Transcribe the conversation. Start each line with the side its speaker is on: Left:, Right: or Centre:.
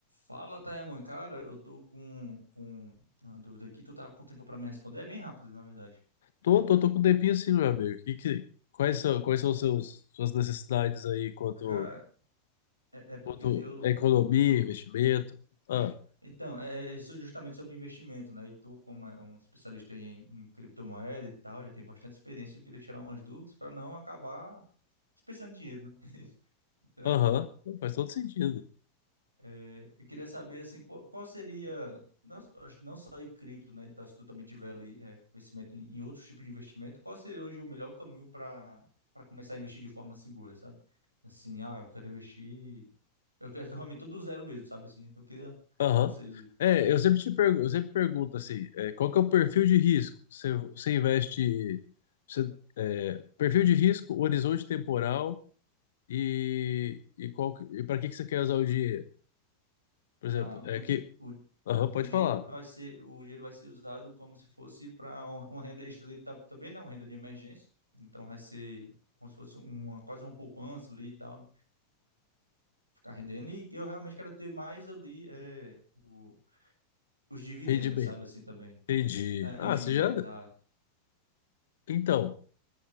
Right: Fala, Taeman, cara, eu tô com, com uma dúvida aqui, tu tá com tempo pra me responder? É bem rápido, na verdade.
Left: Tô, tô, tô com um tempinho assim meu amigo. Que, que, quais são, quais são os seus, suas necessidades aí quanto,
Right: Cara, é, é porque
Left: quanto
Right: assim, eu, eu-
Left: à economia,
Right: eu tô...
Left: investimento? Ah,
Right: Então, é, é isso justamente sobre investimento, né? E tu, como é um especialista em, em criptomoeda e tal, já tem bastante experiência, eu queria tirar umas dúvidas pra não acabar desperdiçando dinheiro, né? <laughs> Então,
Left: aham,
Right: assim,
Left: Não,
Right: é,
Left: faz todo sentido.
Right: É, eu queria saber assim, qual, qual seria, não, acho que não só em cripto, né? Então, se tu também tiver ali é, conhecimento em, em outros tipos de investimento, qual seria hoje o melhor caminho para para começar a investir de forma segura, sabe? Assim, ah, eu quero investir, eu quero eu realmente tudo do zero mesmo, sabe assim? Então, eu queria
Left: Aham.
Right: os conselhos. aí.
Left: É, eu sempre te pergunto, eu sempre pergunto assim, é, qual que é o perfil de risco? Você, você investe, você, é, perfil de risco, horizonte temporal e, e qual, que- e para que que você quer usar o dinheiro? Por exemplo,
Right: Tá,
Left: é
Right: o, di-
Left: que,
Right: o,
Left: aham, pode
Right: o dinheiro
Left: falar,
Right: vai ser, o dinheiro vai ser usado como se fosse para uma uma renda extra ali, tá, também, né? Uma renda de emergência. Então, vai ser como se fosse uma quase uma poupança ali e tal, né? ficar rendendo. E eu realmente quero ter mais ali é, o- os dividendos,
Left: rendimento.
Right: sabe assim também.
Left: Entendi.
Right: É, rendimento,
Left: Ah, você já,
Right: exato.
Left: então...